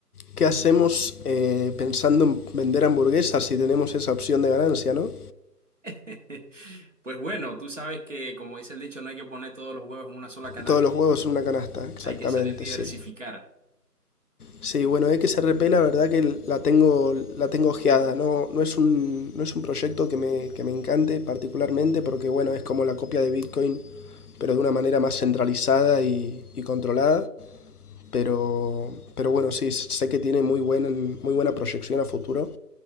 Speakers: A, on the left; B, on the right.
A: ¿Qué hacemos eh, pensando en vender hamburguesas si tenemos esa opción de ganancia, no?
B: <laughs> Pues bueno, tú sabes que, como dice el dicho, no hay que poner todos los huevos en una sola canasta,
A: Todos los huevos en una canasta, exactamente,
B: hay que saber diversificar.
A: sí. Sí, bueno, XRP la verdad que la tengo, la tengo ojeada, no, no, es un, no es un proyecto que me, que me encante particularmente porque bueno, es como la copia de Bitcoin, pero de una manera más centralizada y, y controlada. Pero, pero bueno, sí, sé que tiene muy, buen, muy buena proyección a futuro